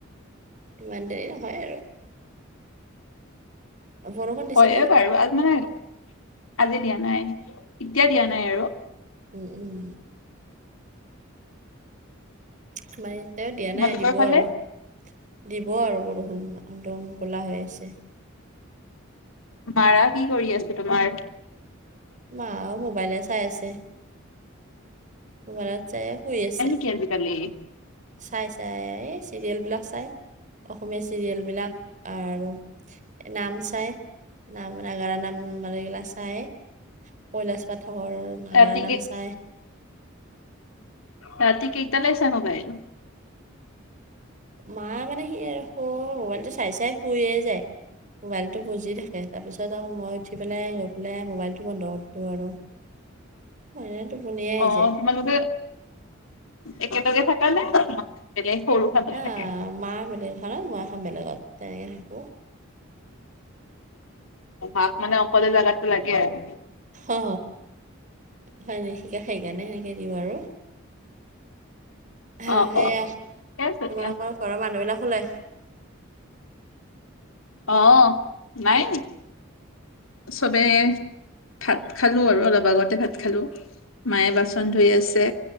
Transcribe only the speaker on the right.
ইমান দেৰি নহয় আৰু। বৰষুণ দিছেনে
উম
উম। উম উম। আমাৰ ইয়াতে দিয়া
নাই দিব
আৰু। দিব আৰু বৰষুণ একদম ক'লা হৈ আছে।
মা মোবাইলে চাই আছেমোবাইলত চাই শুই আছে।
চাই চাই এ চিৰিয়েল বিলাক চাই চাই অসমীয়া চিৰিয়েল বিলাক আৰু নাম চাই। নাম নাগাৰা নাম মানুগিলা চাই কৈলাশ পাঠকৰ। নাগাৰা
নাম
চাই
মা মানে সি হো মোবাইল টো চাই চাই শুইয়ে যায় মোবাইলটো বজি! থাকেতা পিছত আও মই উঠি পেলাই গৈ পেলাই মোবাইলটো বন্ধ কৰি দিওঁ আৰু। মইও টোপনিয়ে আহি
যায়।
আ
মা বেলেগ ঘৰত মই এখন বেলেগত তেনেকে থাকোঁ।
অ হয় নি শিখাক সেইকাৰণে সেনেকে দিওঁ আৰু। হা
সেয়া তোমালোকৰ
ঘৰৰ মানুহ বিলাক হুলে?